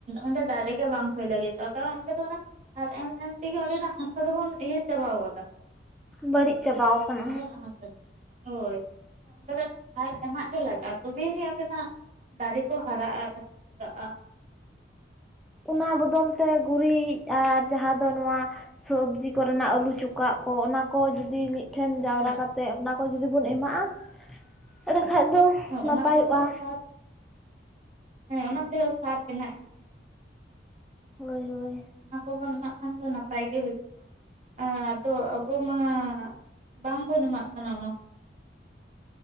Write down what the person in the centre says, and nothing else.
ᱵᱟᱹᱲᱤᱜ ᱪᱟᱵᱟᱣ ᱠᱟᱱᱟ᱾
ᱚᱱᱟ ᱵᱚᱫᱚᱞ ᱛᱮ ᱜᱩᱲᱤᱡ, ᱟᱨ ᱡᱟᱦᱟᱸ ᱫᱚ ᱱᱚᱣᱟ ᱥᱚᱵᱽᱡᱤ ᱠᱚᱨᱮᱱᱟᱜ ᱟᱹᱞᱩ ᱪᱚᱠᱟᱜ ᱠᱚ ᱚᱱᱟ ᱠᱚ ᱡᱩᱫᱤ ᱢᱤᱫ ᱴᱷᱮᱱ ᱡᱟᱣᱨᱟ
ᱠᱟᱛᱮᱜ ᱚᱱᱟ ᱠᱚ ᱡᱩᱫᱤ ᱵᱚᱱ ᱮᱢᱟᱜᱼᱟ᱾ ᱮᱸᱰᱮ ᱠᱷᱟᱡ ᱫᱚ
ᱱᱟᱯᱟᱭᱚᱜᱼᱟ
ᱦᱳᱭ ᱦᱳᱭ᱾